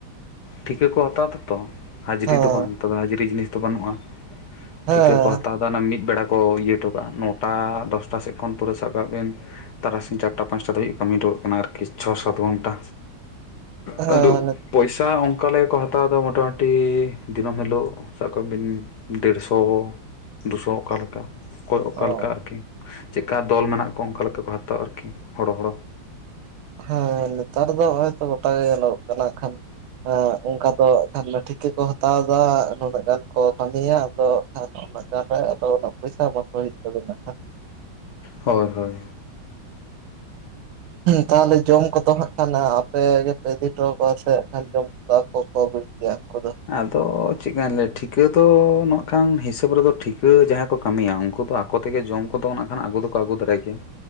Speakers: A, on the left; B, on the right.
A: ᱴᱷᱤᱠᱟᱹ ᱠᱚ ᱦᱟᱛᱟᱣ ᱫᱟᱛᱚ ᱦᱟᱡᱤᱨᱤ
B: ᱦᱮᱸ
A: ᱫᱚ ᱵᱟᱝ ᱛᱚᱵᱮ ᱦᱟᱡᱨᱤ ᱡᱤᱱᱤᱥ ᱫᱚ ᱵᱟᱹᱱᱩᱜᱼᱟ
B: ᱦᱮᱸ
A: ᱴᱷᱤᱠᱟᱹ ᱠᱚ ᱦᱟᱛᱟᱣ ᱚᱝᱠᱟ ᱚᱱᱟ ᱢᱤᱫ ᱵᱮᱲᱟ ᱠᱚ ᱤᱭᱟᱹ ᱦᱚᱴᱚ ᱠᱟᱜᱼᱟ ᱱᱚᱴᱟ ᱫᱚᱥᱴᱟ ᱥᱮᱫ ᱠᱷᱚᱱ ᱯᱩᱨᱟᱹ ᱥᱟᱵ ᱠᱟᱜ ᱵᱮᱱ ᱛᱟᱨᱟᱥᱤᱧ ᱪᱟᱨ ᱴᱟ ᱯᱟᱸᱪᱴᱟ ᱫᱷᱟᱹᱵᱤᱡ ᱠᱟᱹᱢᱤ ᱦᱚᱴᱚᱠᱟᱫ ᱠᱟᱱᱟ ᱟᱨᱠᱤ ᱪᱷᱚ ᱥᱟᱛ ᱜᱷᱚᱱᱴᱟ
B: ᱦᱮᱸ
A: ᱟᱫᱚ ᱯᱚᱭᱥᱟ ᱚᱱᱠᱟ ᱞᱮᱠᱟ ᱠᱚ ᱦᱟᱛᱟᱣ ᱫᱟ ᱢᱚᱴᱟ ᱢᱩᱴᱤ ᱫᱤᱱᱟᱹᱢ ᱦᱤᱞᱳᱜ ᱥᱟᱵ ᱠᱟᱜ ᱵᱤᱱ ᱰᱮᱸᱲᱥᱚ ᱫᱩᱥᱚ ᱚᱱᱠᱟ ᱞᱮᱠᱟ᱾ ᱚᱠᱚᱭ ᱚᱠᱟ
B: ᱚ
A: ᱞᱮᱠᱟ ᱟᱨᱹᱠᱤ ᱪᱮᱫ ᱠᱟ ᱫᱚᱞ ᱢᱮᱱᱟᱜ ᱠᱚᱣᱟ ᱚᱱᱠᱟ ᱞᱮᱠᱟ ᱠᱚ ᱦᱟᱛᱟᱣᱟ ᱟᱹ ᱠᱤ ᱦᱚᱲᱚ ᱦᱚᱲᱚ᱾
B: ᱦᱮᱸ ᱱᱮᱛᱟᱨ ᱫᱚ ᱦᱚᱸᱜ-ᱚᱭ ᱛᱚ ᱜᱚᱴᱟ ᱜᱮ ᱧᱮᱞᱚ ᱜᱚᱜ ᱠᱟᱱᱟ ᱦᱟᱸᱜ ᱠᱷᱟᱱ ᱮ ᱚᱱᱠᱟ ᱫᱚ ᱦᱟᱸᱜ ᱠᱷᱟᱱ ᱴᱷᱤᱠᱟᱹ ᱠᱚ ᱦᱟᱛᱟᱣ ᱫᱟ ᱱᱩᱱᱟᱹᱜ ᱜᱟᱱ ᱠᱚ ᱠᱟᱹᱢᱤᱭᱟ ᱟᱫᱚ ᱦᱟᱸᱜ ᱩᱱᱟᱹᱜ ᱜᱟᱱ ᱨᱮ ᱟᱫᱚ ᱩᱱᱟᱹᱜ ᱯᱚᱭᱥᱟ ᱮᱢᱟ ᱠᱚ ᱦᱩᱭᱩᱜ ᱛᱟᱹᱵᱤ ᱱᱟ ᱦᱟᱸᱜ᱾
A: ᱦᱳᱭ ᱦᱳᱭ᱾
B: ᱛᱟᱦᱚᱸᱞᱮ ᱡᱚᱢ ᱠᱚᱫᱚ ᱦᱟᱸᱜ ᱠᱷᱟᱱ ᱟᱯᱮ ᱜᱮ ᱯᱮ ᱤᱫᱤ ᱦᱚᱴᱚ ᱠᱚᱣᱟ ᱥᱮ ᱦᱟᱸᱜ ᱠᱷᱟᱱ ᱡᱚᱢ ᱠᱚᱫᱚ ᱟᱠᱚ ᱠᱚ ᱵᱩᱡᱷ ᱠᱮᱭᱟ ᱟᱠᱚ ᱫᱚ ᱾
A: ᱟᱫᱚ ᱪᱮᱫ ᱠᱟᱹᱧ ᱞᱟᱹᱭ-ᱟ ᱴᱷᱤᱠᱟᱹ ᱫᱚ ᱱᱟᱸᱜ ᱠᱷᱟᱱ ᱦᱤᱥᱟᱹᱵ ᱨᱮ ᱫᱚ ᱴᱷᱤᱠᱟᱹ ᱡᱟᱸᱦᱟᱭ ᱠᱚ ᱠᱟᱹᱢᱤᱭᱟ ᱩᱱᱠᱩ ᱫᱚ ᱟᱠᱚ ᱟᱠᱚ ᱛᱮᱜ ᱜᱮ ᱡᱚᱢ ᱠᱚ ᱫᱚ ᱱᱟᱸᱜ ᱠᱷᱟᱱ ᱟᱹᱜᱩ ᱫᱚ ᱠᱚ ᱟᱹᱜᱩ ᱛᱚᱨᱟᱭ ᱜᱮᱭᱟ᱾